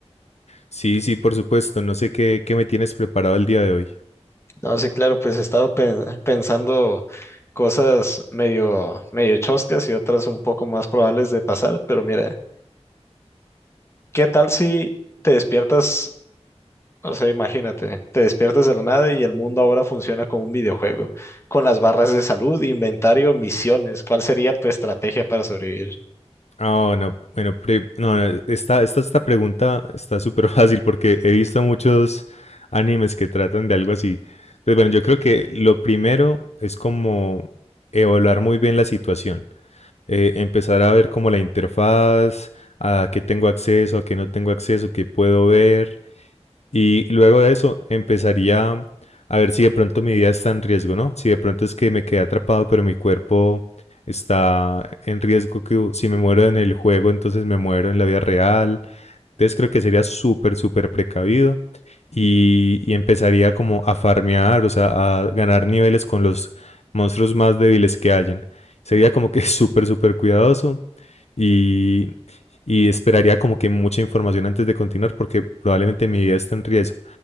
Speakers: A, on the left (about 70°); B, on the left (about 25°).
A: Sí, sí, por supuesto. No sé qué, qué me tienes preparado el día de hoy.
B: No, sí, claro, pues he estado pen- pensando cosas medio, medio choscas y otras un poco más probables de pasar, pero mira, ¿qué tal si te despiertas, o sea, imagínate, te despiertas de la nada y el mundo ahora funciona como un videojuego, con las barras de salud, inventario, misiones, ¿cuál sería tu estrategia para sobrevivir?
A: Ah, bueno, bueno, pre- no, no, esta, esta, esta pregunta está súper <laughs> fácil porque he visto muchos animes que tratan de algo así. Entonces, bueno, yo creo que lo primero es como evaluar muy bien la situación. Eh, empezar a ver como la interfaz, a qué tengo acceso, a qué no tengo acceso, qué puedo ver. Y luego de eso empezaría a ver si de pronto mi vida está en riesgo, ¿no? Si de pronto es que me quedé atrapado, pero mi cuerpo está en riesgo, que si me muero en el juego, entonces me muero en la vida real. Entonces creo que sería súper, súper precavido y, y empezaría como a farmear, o sea, a ganar niveles con los monstruos más débiles que hayan. Sería como que <laughs> súper, súper cuidadoso y, y esperaría como que mucha información antes de continuar porque probablemente mi vida está en riesgo.